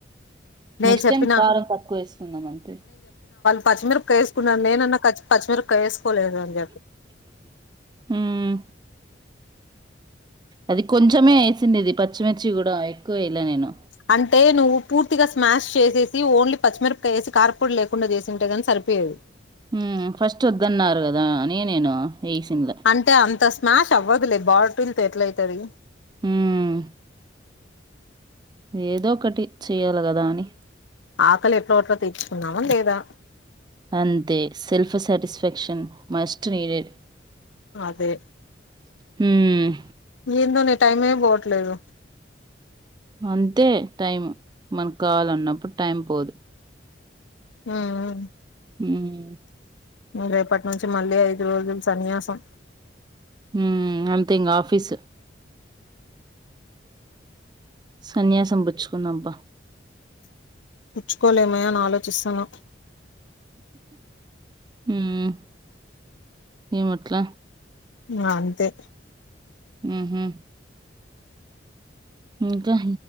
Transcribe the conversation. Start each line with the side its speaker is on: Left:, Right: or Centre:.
Left: నేను
Right: నెక్స్ట్
Left: చెప్పినా
Right: టైమ్ కారం తక్కువ వేసుకున్నామంతే
Left: పచ్చిమిరుపకయ ఎసుకున్నాను నేన్న కచ్ పచ్చిమిర కేైసుకోలేదు అని చెప్పి
Right: హ్మ్ అది కొంచమే వేసిండేది ఇది పచ్చిమిర్చి కూడా ఎక్కువ వేయలే నేను
Left: అంటే నువ్వు పూర్తిగా స్మాష్ చేసేసి ఓన్లీ పచ్చిమిరపకాయేసి కారపొడి లేకుండా చేసి ఉంటే కాని సరిపోయేది
Right: హ్మ్ ఫస్ట్ వద్దన్నారు కదా అని నేను వేసిన్లే
Left: అంటే అంత మ్యాష్ అవ్వదులే బాటిల్ తో ఎట్లా అయితది
Right: హ్మ్ ఏదో ఒకటి చెయ్యాలి కదా అని
Left: ఆకలి ఎట్లా ఎట్లో తీర్చుకున్నామ లేదా
Right: అంతే సెల్ఫ్ సాటిస్ఫాక్షన్ మస్ట్ నీడెడ్
Left: అదే
Right: హ్మ్
Left: ఏందో నీ టైమే పోవట్లేదు
Right: అంతే టైం మనకు కావాలన్నప్పుడు టైం పోదు
Left: ఆ ఆ
Right: హ్మ్
Left: రేపటి నుంచి మళ్ళీ ఐదు రోజులు సన్యాసం
Right: హ్మ్ అంత ఇంక ఆఫీసు సన్యాసం పుచ్చుకుందంప
Left: పుచ్చుకోలేమయ అని ఆలోచిస్తాన్న
Right: హ్మ్ ఏం అట్ల
Left: నా అంతే
Right: హ్మ్ హు ఇంకా